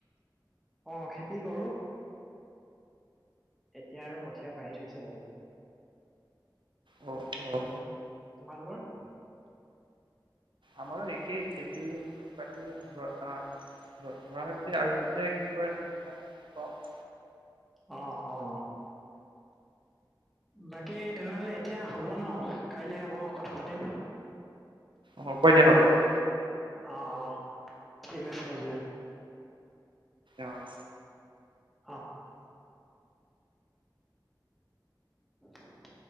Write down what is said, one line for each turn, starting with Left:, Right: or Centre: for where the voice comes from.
Centre: অ', খেতি কৰো। এতিয়া আৰু কঠিয়া পাৰি থৈছো আৰু।
Right: অ', অ'।
Centre: তুম তোমালোকৰ?
Right: আমাৰো একেই খেতি বাতি ধ-ধৰা হৈছে আৰু কেতিয়া কি <unintelligible>
Centre: অ', অ'। বাকী তেনেহ'লে এতিয়া হ'ব ন কাইলে আকৌ কথা পাতিম।
Right: হ'ব দিয়া হ'ব দিয়া।
Centre: অ', অ', ঠিক আছে দিয়া।
Right: অ'।
Centre: অ'। <inaudible>